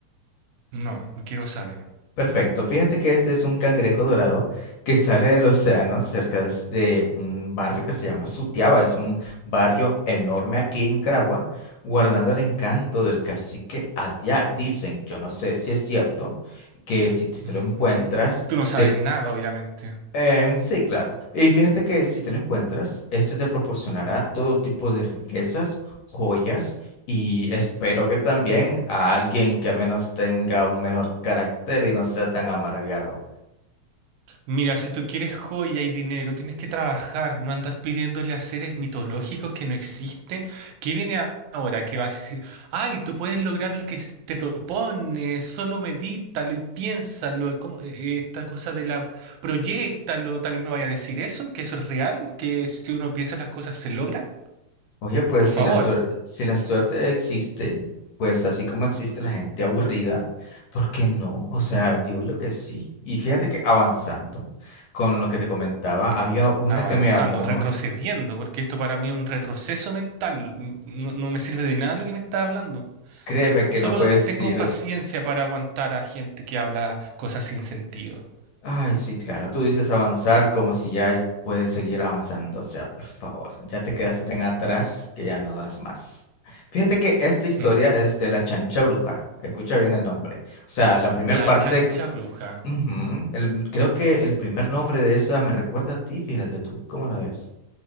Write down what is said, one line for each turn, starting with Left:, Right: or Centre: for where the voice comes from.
Right: No, no quiero saber.
Left: Perfecto. Fíjate que este es un cangrejo dorado que sale del océano cerca de, s- de un barrio que se llama Sutiaba. Es un barrio enorme aquí en Caragua, guardando el encanto del cacique Adiac. Dicen, yo no sé si es cierto, que si tú te
Right: Ujú.
Left: lo encuentras,
Right: Tú no sabes
Left: te
Right: nada, obviamente.
Left: eh, sí, claro. Y fíjate que si te lo encuentras, este te proporcionará todo tipo de riquezas, joyas y espero que también a alguien que al menos tenga un mejor carácter y no sea tan amargado.
Right: Mira, si tú quieres joya y dinero, tienes que trabajar, no andar pidiéndole a seres mitológicos que no existen. ¿Qué viene a- ahora? Que vas a decir, ay, tú puedes lograr lo que s- te propones, solo medítalo y piénsalo. eh, ¿Cómo? Eh, Esta cosa de la... Proyéctalo, también me vaya a decir eso, que eso es real, que si uno piensa las cosas se logran.
Left: Oye, pues
Right: Por
Left: si
Right: favor.
Left: la suer- si la suerte existe, pues así como existe la gente aburrida, ¿por qué no? O sea, digo yo que sí. Y fíjate que avanzando con lo que te comentaba,
Right: Hmm,
Left: había una
Right: Avanzando,
Left: que me llamó,
Right: retrocediendo, porque esto para mí es un retroceso mental. No, no me sirve de nada lo que me está hablando.
Left: créeme que
Right: Solo
Left: no puedes
Right: tengo
Left: ir.
Right: paciencia para aguantar a gente que habla cosas sin sentido.
Left: Ay, sí, claro, tú dices avanzar como si ya puedes seguir avanzando, o sea, por favor, ya te quedaste tan atrás que ya no das más. Fíjate que esta historia
Right: Hmm.
Left: es de la chancha bruja, escucha bien el nombre. O sea, la primera
Right: La
Left: parte,
Right: chancha
Left: que-
Right: bruja.
Left: Ujú, el- creo que el primer nombre de esa me recuerda a ti, fíjate tú, ¿cómo la ves?